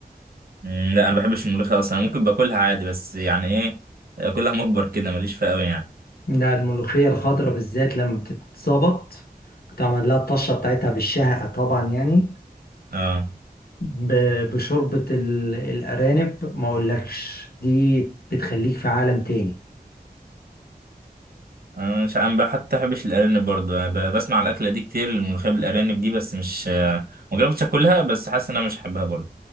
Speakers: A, on the right; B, on the left.
A: مم، لا انا ما بحبش الملوخيه اصلا أنا ممكن باكلها عادي بس يعني ايه اكلها مجبر كده ماليش فيها قوي يعني
B: لا الملوخية الخضراء بالذات لما بتتظبط وتعمل لها الطشة بتاعتها بالشهقة طبعا يعني
A: اه
B: ب- بشوربة ال- الأرانب ما أقولكش دي بتخليك في عالم تاني
A: انا مش انا بقى حتى بحبش الارانب برضه انا ب- بسمع على الاكله دي كتير الملوخيه بالارانب دي بس مش آه، ما جربتش اكلها بس حاسس ان انا مش هحبها برضه